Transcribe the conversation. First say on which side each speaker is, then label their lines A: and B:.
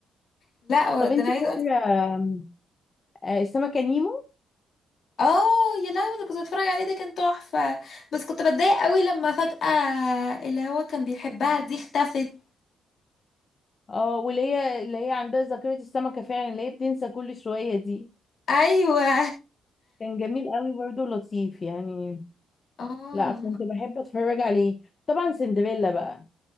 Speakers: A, on the left; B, on the left.
A: لا
B: طب
A: ده
B: انت
A: انا عايزه
B: فاكره
A: أقول
B: آم، آه، السمكه نيمو
A: اه يا لهوي ده كنت بتفرج عليه ده كان تحفة بس كنت بتضايق قوي لما فجأة اللي هو كان بيحبها دي اختفت
B: اه واللي هي اللي هي عندها ذاكره السمكه فعلا اللي هي بتنسى كل شويه دي
A: ايوه
B: كان جميل قوي برضه لطيف يعني
A: اه
B: لا كنت بحب اتفرج عليه طبعا سندريلا بقى